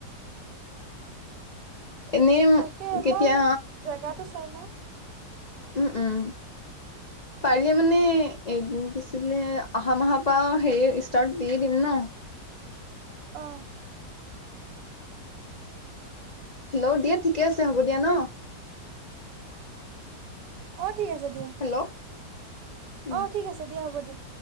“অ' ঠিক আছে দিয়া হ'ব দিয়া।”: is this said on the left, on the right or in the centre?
Right